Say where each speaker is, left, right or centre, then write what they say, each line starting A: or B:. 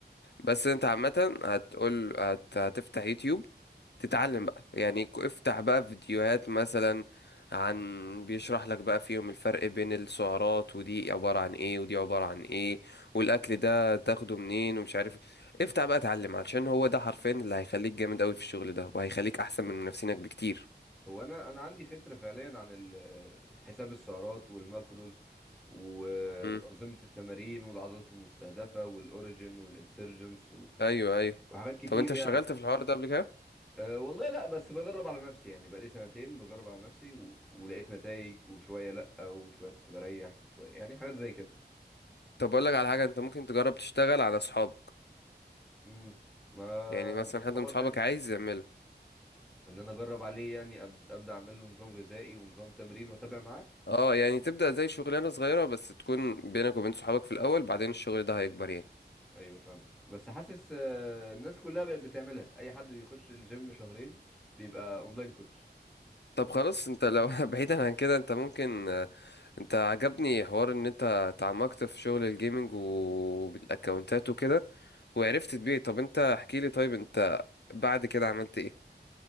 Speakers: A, on the left; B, in the centre.
A: بس انت عامة هتقول هت... هتفتح يوتيوب تتعلم بقى يعني ك- افتح بقى فيديوهات مثلا عن بيشرح لك بقى فيهم الفرق بين السعرات ودي عبارة عن ايه ودي عبارة عن ايه والاكل ده تاخده منين ومش عارف ايه. افتح بقى اتعلم علشان هو ده حرفيا اللي هيخليك جامد قوي في الشغل ده وهيخليك احسن من منافسينك بكتير
B: هو انا انا عندي فكره فعليا عن ال- حساب السعرات والماكروز وانظمه
A: امم
B: التمارين والعضلات المستهدفه والاوريجين والانسرجنس
A: ايوه ايوه
B: وحاجات كتير
A: طب انت
B: يعني
A: اشتغلت في الحوار ده قبل كده
B: أه والله لا بس بجرب على نفسي يعني بقالي سنتين بجرب على نفسي و... ولقيت نتائج وشوية لا وشوية كنت بريح وشوية يعني حاجات زي كده
A: طب اقول لك على حاجة انت ممكن تجرب تشتغل على اصحابك
B: امم ما
A: يعني مثلا حد
B: حوار
A: من اصحابك
B: حلو
A: عايز يعمله
B: ان انا اجرب عليه يعني أب... ابدا اعمل له نظام غذائي ونظام تمرين واتابع معاه
A: اه يعني تبدأ زي شغلانة صغيرة بس تكون بينك وبين صحابك في الأول بعدين الشغل ده هيكبر يعني
B: ايوه فاهمك بس حاسس أه الناس كلها بقت بتعملها اي حد بيخش الجيم شهرين بيبقى اونلاين كوتش
A: طب خلاص انت لو <laughs> بعيدا عن كده انت ممكن آه، انت عجبني حوار ان انت تعمقت في شغل الجيمنج والاكونتات وكده وعرفت تبيع طب انت احكي لي طيب انت بعد كده عملت ايه